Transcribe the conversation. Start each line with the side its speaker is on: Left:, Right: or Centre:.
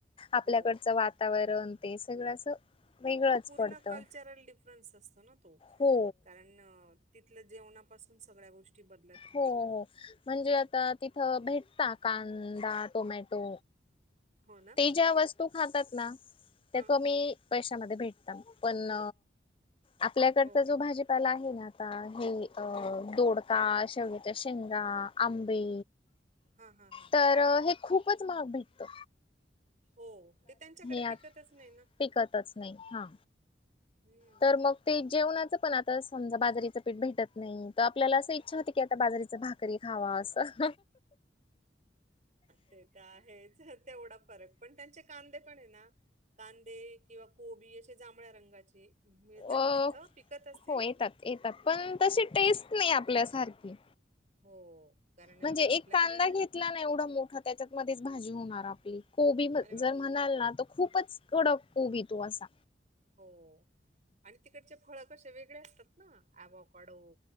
Left: आपल्याकडचं
Right: हो.
Left: वातावरण ते सगळं असं वेगळंच
Right: पूर्ण
Left: पडतं.
Right: कल्चरल डिफरन्स असतो ना तो.
Left: हो
Right: न तिथलं जेवणापासून सगळ्या गोष्टी बदलात
Left: हो हो म्हणजे आता तिथं भेटता कांदा टोमॅटो
Right: हो ना?
Left: ते ज्या वस्तू खातात ना. त्या
Right: हां.
Left: कमी पैशामध्ये भेटतात. पण, आपल्याकडचा
Right: हो.
Left: जो भाजीपाला आहे ना. आता, हे अ
Right: हं.
Left: दोडका शे वग्याच्या शेंगा आंबे
Right: हां, हां, हां.
Left: तर हे खूपच महाग भेटतं.
Right: हो, ते त्यांच्याकडे
Left: आत
Right: पिकतचं नाही ना.
Left: पिकतच नाही हा
Right: हं.
Left: तर मग ते जेवणाचं पण आता समजा, बाजरीचं पीठ भेटत नाही. तर आपल्याला असं इच्छा होती. की, आता बाजारीच भाकरी खावा. असं
Right: ते तर आहेच. तेवढा फरक पण त्यांचे कांदे पण आहे ना. कांदे किंवा कोबी असे जांभळ्या रंगाचे मिळतात
Left: अ,
Right: तिथं पिकत असतील.
Left: हो येतात, येतात पण तशी टेस्ट नाही आपल्यासारखी.
Right: हो, कारण आपल्याकडे
Left: म्हणजे एक कांदा घेतला ना, एवढा मोठा त्याच्यात मध्ये भाजी होणार आपली. कोबी
Right: अरे बापरे!
Left: जर म्हणाल ना, तर खूपच कडक कोबी तो असा.
Right: हो, आणि तिकडचे फळ कसे वेगळे असतात ना, अँवाकाडो.